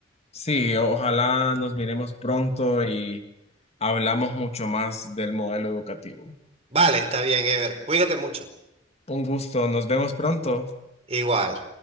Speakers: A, on the left; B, on the right.
A: Sí, ojalá nos miremos pronto y hablamos mucho más del modelo educativo.
B: Vale, está bien, Ever. Cuídate mucho.
A: Un gusto, nos vemos pronto.
B: Igual.